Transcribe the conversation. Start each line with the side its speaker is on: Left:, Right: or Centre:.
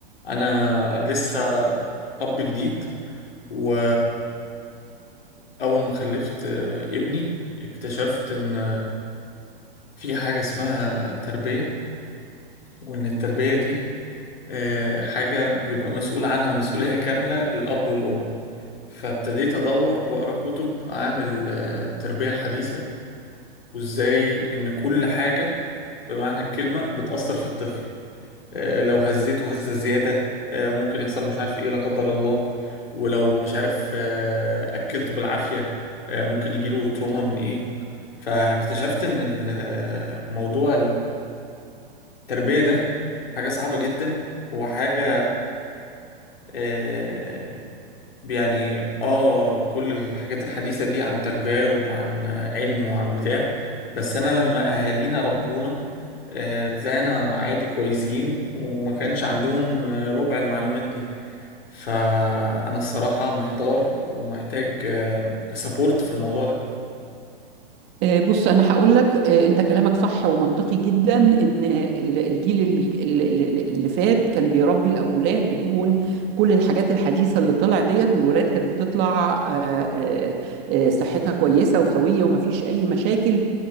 Left: انا لسه اب جديد و اول ما خلفت ابني اكتشفت ان في حاجة اسمها تربية وان التربية دي آه، حاجة بيبقى مسؤول عنها مسؤولية كاملة الاب والام فابتديت ادور واقرا كتب عن التربية الحديثة وازاي ان كل حاجة بمعنى الكلمة بتأثر في الطفل آه، لو هزيته هزة زيادة آه، ممكن يحصل مش عارف ايه لا قدر الله ولو مش عارف آه، أكلته بالعافية آه، ممكن يجيله تروما من ايه فاكتشفت ان ال- آه، موضوع التربية ده حاجة صعبة جدا وحاجة آه، يعني اه كل الحاجات الحديثة دي عن تجارب وعن علم وعن بتاع بس انا لما اهالينا ربونا آه، طلعنا عادي كويسين وما كانش عندهم آه، ربع المعلومات دي فانا الصراحة محتار ومحتاج سبورت في الموضوع ده
Right: آه، بص انا هقول لك آه، انت كلامك صح ومنطقي جدا ان آه، ال- الجيل ال- ال- ال- اللي فات كان بيربي الاولاد بدون كل الحاجات الحديثه اللي طلع ديت والولاد كانت بتطلع آه، آه، آه، صحتها كويسه وسويه ومفيش اي مشاكل